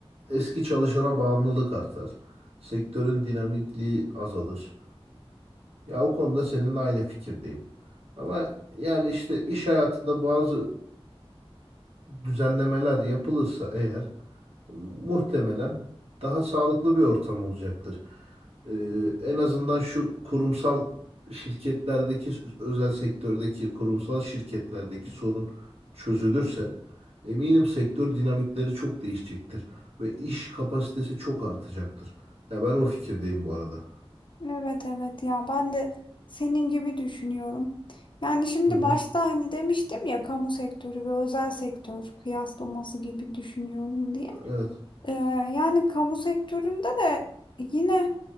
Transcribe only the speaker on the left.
Evet evet ya ben de senin gibi düşünüyorum. Yani şimdi
başta hani demiştim ya kamu sektörü ve özel sektör kıyaslaması gibi düşünüyorum diye.
Ee, yani kamu sektöründe de yine